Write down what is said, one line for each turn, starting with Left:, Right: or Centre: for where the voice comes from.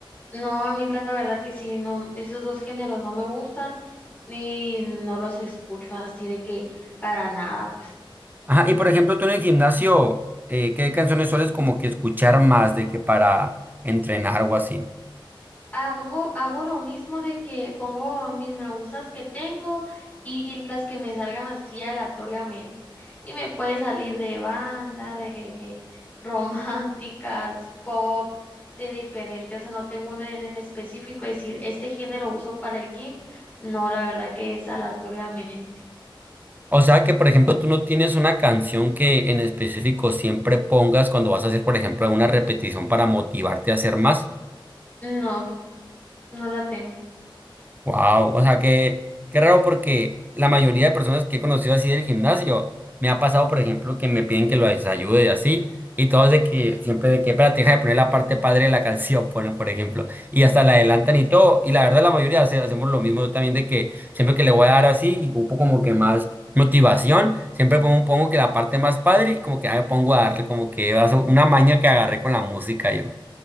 Left: No, a mí la verdad que sí, no, esos dos géneros no me gustan y no los escucho así de que para nada.
Right: Ajá, y por ejemplo, tú en el gimnasio, eh, ¿qué canciones sueles como que escuchar más de que para entrenar o así?
Left: Hago, hago lo mismo de que pongo mis me gustas que tengo y las que me salgan así aleatoriamente. Y me puede salir de banda, de <laughs> románticas, pop, de diferente. O sea, no tengo uno en específico. Es decir, este género uso para el gym. No, la verdad que es aleatoriamente.
Right: O sea que, por ejemplo, tú no tienes una canción que en específico siempre pongas cuando vas a hacer, por ejemplo, una repetición para motivarte a hacer más.
Left: No, no la tengo.
Right: Wow, o sea que qué raro porque la mayoría de personas que he conocido así del gimnasio me ha pasado, por ejemplo, que me piden que los ayude y así, y todos de que siempre de que, espérate, deja de poner la parte padre de la canción, <laughs> ponen, por ejemplo, y hasta la adelantan y todo, y la verdad la mayoría hace- hacemos lo mismo yo también de que siempre que le voy a dar así y ocupo como que más motivación, siempre pongo, pongo que la parte más padre y como que ah, me pongo a darle como que eso, una maña que agarré con la música yo.